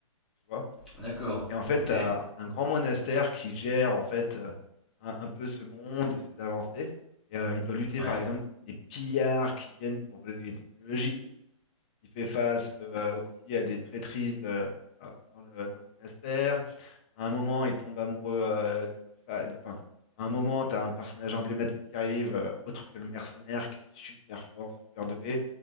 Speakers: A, on the left (about 15°); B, in the centre.
A: tu vois.
B: D'accord,
A: Et en fait,
B: ok.
A: tu as un grand monastère qui gère, en fait, euh, un, un peu ce monde et ses avancées. Et euh, il doit lutter,
B: Ouais.
A: par exemple, contre des pillards qui viennent pour voler les technologies. Il fait face euh, aussi à des traîtrises euh, euh, dans le, dans le monastère. À un moment, il tombe amoureux euh, d'une femme. Enfin, à un moment, tu as un personnage emblématique qui arrive, euh, autre que le mercenaire, qui est super fort, super doué.